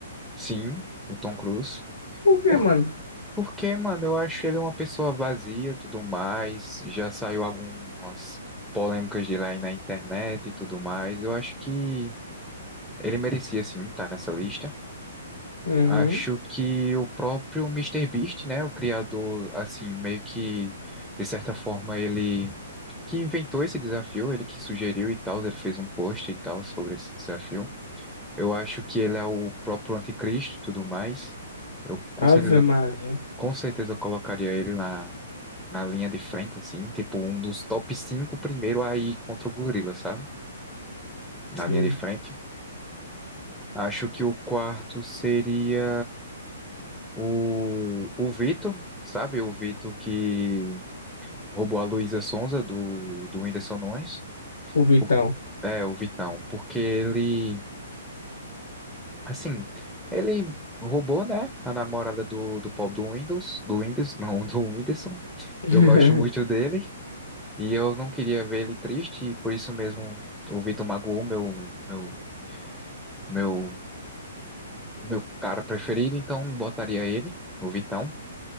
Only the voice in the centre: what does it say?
sim, o Tom Cruise.
Por,
porque, mano, eu acho ele uma pessoa vazia, tudo mais. Já saiu algumas polêmicas dele aí na internet e tudo mais. Eu acho que ele merecia sim estar nessa lista.
Acho que o próprio Mister Beast, né, o criador, assim, meio que de certa forma ele que inventou esse desafio, ele que sugeriu e tal, ele fez um post e tal sobre esse desafio. Eu acho que ele é o próprio anticristo e tudo mais. Eu com certeza,
com certeza eu colocaria ele na, na linha de frente, assim, tipo um dos top 5 primeiro aí contra o gorila, sabe? Na
linha de frente. Acho que o quarto seria o, o Vitor, sabe? O Vitor que roubou a Luísa Sonza do, do Whindersson Nunes.
O- É, o Vitão, porque ele Assim, ele roubou, né, a namorada do, do Paul do Windows, do Windows, <laughs> não, do Whindersson.
Eu gosto muito dele e eu não queria ver ele triste e por isso mesmo o Vitor magoou meu, meu, meu, meu cara preferido, então botaria ele, o Vitão.